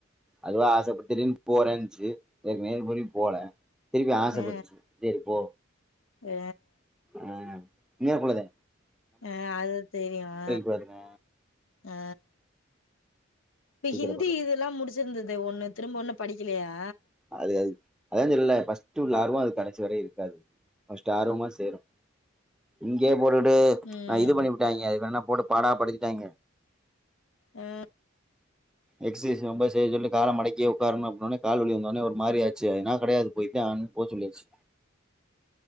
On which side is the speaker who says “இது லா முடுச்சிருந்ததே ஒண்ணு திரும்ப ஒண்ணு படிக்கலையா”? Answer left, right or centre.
Left